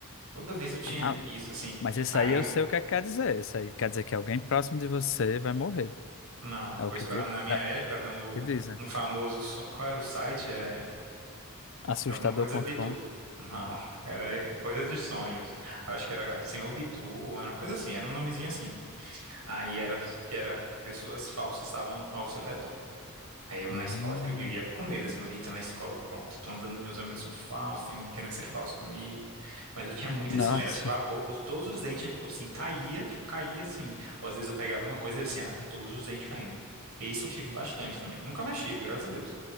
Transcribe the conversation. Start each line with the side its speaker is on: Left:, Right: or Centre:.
Right: Toda vez eu tinha
Left: Ah,
Right: isso, assim.
Left: mas isso
Right: Aí
Left: aí eu
Right: eu.
Left: sei o que é que quer dizer. Isso aí quer dizer que alguém próximo de você vai morrer.
Right: Não,
Left: É
Right: pois
Left: o que,
Right: pra,
Left: di-
Right: na minha
Left: é o
Right: época, no,
Left: que dizem.
Right: no famoso. so- Qual era o site? É
Left: Assustador.com.
Right: Alguma coisa Bidu. <laughs> Não, era coisa de sonhos. Acho que era Senhor Bidu, era uma coisa assim, era um nomezinho assim. Aí era que era pessoas falsas estavam ao seu redor. Aí eu
Left: Hum,
Right: na escola que eu vivia com medo, assim, eu ia na escola, pronto, tô andando, meus amigos são falsos, tem alguém querendo ser falso comigo. Mas eu tinha muito
Left: nossa,
Right: esse sonho, era tipo, a bo- os, todos os dentes, tipo assim, caía, tipo, caía assim. Ou às vezes eu pegava uma coisa assim, era todos os dentes caindo. E isso eu tive bastante também. Nunca mais tive, graças a Deus.